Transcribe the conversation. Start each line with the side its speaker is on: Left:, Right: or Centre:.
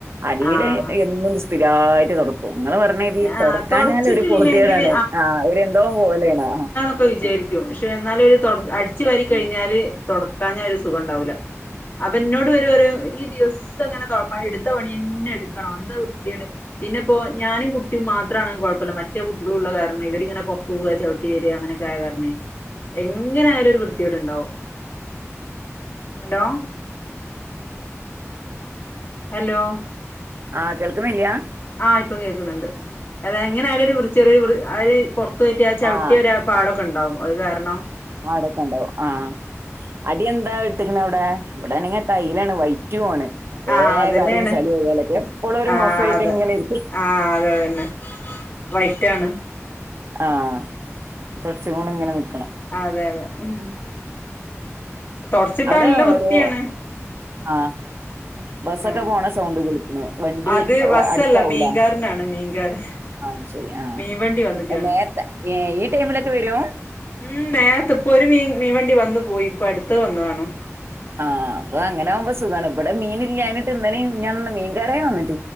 Right: അടിയിൽ
Left: ആഹ്
Right: എന്നും സ്ഥിരായിട്ട് തൊടക്കും ഇങ്ങൾ പറഞ്ഞേതി
Left: ആ
Right: തൊടക്കാഞ്ഞാല്
Left: തൊടച്ചിട്ടില്ലെങ്കില്
Right: ഒരു പൊറുതിയേടാണ് ആഹ് ഒര് എന്തോ പോലേണ് ആഹ്
Left: ഇപ്പം വിചാരിക്കും പക്ഷെ എന്നാലും ഒരു അടിച്ചു വാരി കഴിഞ്ഞാല് തൊടക്കാഞ്ഞാ ഒരു സുഖം ഉണ്ടാവൂല്ല അപ്പ എന്നോട് ഇവരു പറയും ഇയ്യ് ദിവസം അങ്ങനെ എടുത്ത പണി തന്നെ എടുക്കണോ എന്താ വൃത്തിയുടെ പിന്നെപ്പോ ഞാനും കുട്ടിയും മാത്രാണെങ്കി കൊഴപ്പമില്ല മറ്റേ കുട്ടികളും ഉള്ള കാരണം ഇവരിങ്ങനെ പൊറത്തു പോവാ ചവിട്ടി വരിക അങ്ങനൊക്കെ ആയ കാരണേ എങ്ങനായാലും ഒരു വൃത്തികേട്ണ്ടാവും ഹലോ ഹലോ
Right: ആഹ് കേൾക്കുന്നില്യാ
Left: ആഹ് ഇപ്പം കേക്കുന്നുണ്ട് അതെ എങ്ങനെ ആയാലും ഒരു വൃ ചെറിയൊരു വൃ പൊറത്തുപോയിട്ട് ആ ചവിട്ടി
Right: ആഹ്
Left: വര്വാ പാടൊക്കെ ഉണ്ടാവും അത് കാരണം
Right: പാടൊക്കെ ഉണ്ടാവും ആ അടി എന്താ ഇട്ടിക്കുന്ന അവിടെ ഇവിടെണെങ്കിൽ ടൈയിലാണ് വൈ റ്റു ആണ് വേഗം
Left: ആ അതന്നെയാണ്
Right: അറിയും ചളിആയാലൊക്കെ എപ്പോഴും ഒരു
Left: ആ
Right: മോസായിട്ട്
Left: അതെ
Right: ഇങ്ങനെ ഇരിക്കും
Left: ആ അതെ അതന്നെ വൈറ്റാണ്
Right: ആഹ് തൊടച്ചും കൊണ്ടിങ്ങനെ നിക്കണം
Left: അതെ അതെ ഉം തൊടച്ചിട്ടാ
Right: അവിടെ
Left: നല്ല വൃത്തിയാണ്
Right: റൂ ആ ബസ്സൊക്കെ
Left: ആ
Right: പോണ സൗണ്ട് കേൾക്കണ് വണ്ടി
Left: അത് ബസ്സല്ല
Right: അടുത്താവൂല്ലെ
Left: മീൻകാരനാണ് <unintelligible>
Right: അയ് ശരി ആ
Left: മീൻവണ്ടി വന്ന്ക്കാണ്
Right: നേരത്തെ ഈ ടൈമിലൊക്കെ വരോ
Left: ഉം നേരത്ത് ഇപ്പൊ ഒരു മീൻ മീൻ വണ്ടി വന്നു പോയി ഇപ്പൊ അടുത്തത് വന്നതാണ്
Right: ആ അപ്പ അങ്ങനാകുമ്പോൾ സുഖാണ് ഇവിടെ മീൻ ഇല്ലാഞ്ഞിട്ട് ഇന്നലേം മിനഞ്ഞാന്നും ഒന്നും മീൻകാരേ വന്നിട്ട